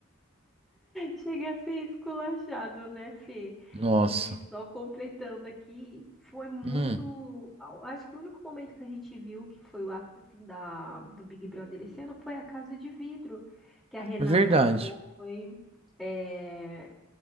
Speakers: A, in the centre; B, on the right.
A: Chega a ser esculachado, né, Fê?
B: Nossa.
A: E só completando aqui, foi muito.
B: Hum,
A: Acho que o único momento que a gente viu que foi o ápice assim, da, do Big Brother esse ano foi a Casa de Vidro, que a Renata
B: verdade.
A: foi, é,